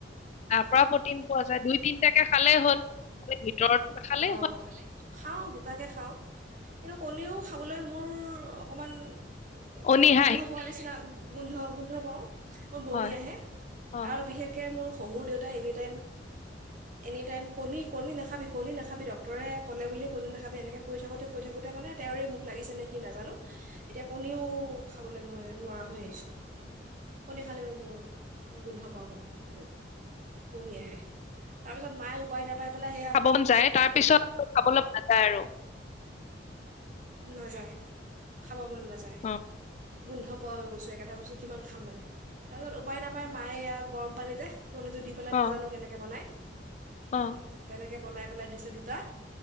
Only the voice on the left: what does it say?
তাৰ পৰা প্ৰটিন পোৱা যায়। দুই তিনিটাকে খালেই হ'ল। ভিতৰতো নাখালেই
হ'ল
অনীহা
আহি
হয়
অ
খাব মন তাৰ পিছত একো খাবলৈ মন নাযায় আৰু
অ
অ
অ